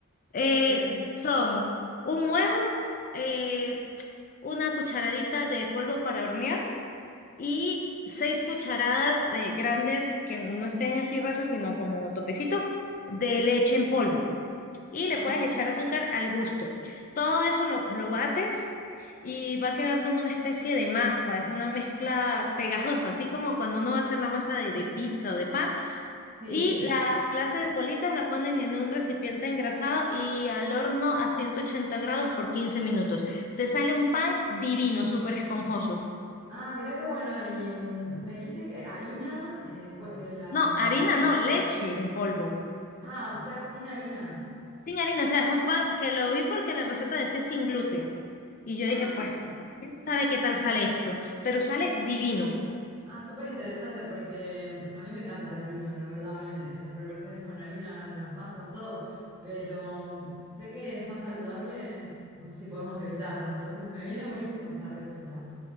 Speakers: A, on the left; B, on the right.
A: Eh,
B: bien,
A: son un huevo, eh, una cucharadita de polvo para hornear y seis cucharadas eh, grandes que no estén así rasas, sino como topecito, de leche en polvo. Y le
B: ajá,
A: puedes echar azúcar al gusto. Todo eso lo, lo bates y va a quedar como una especie de masa. Es una mezcla pegajosa, así como cuando uno va a hacer la masa de, de pizza o de pan.
B: sí.
A: Y las, las bolitas las pones en un recipiente engrasado y al horno a 180 grados por 15 minutos. Te sale un pan divino, súper esponjoso.
B: Ah, mira qué bueno, y mm, me dijiste que harina, eh, pu- eh, la...
A: No, harina no, leche en polvo.
B: Ah, o sea, sin harina.
A: Sin harina, o sea, es un pan que lo vi porque la receta decía sin gluten. Y yo
B: Ah.
A: dije, pues, quién sabe qué tal sale esto, pero sale divino.
B: Ah, súper interesante porque mm, a mí me encanta la harina, la verdad, en, en las preparaciones con harina, las masas, todo, pero mm, sé que es más saludable mm, si podemos evitarla, entonces me viene buenísimo esta receta.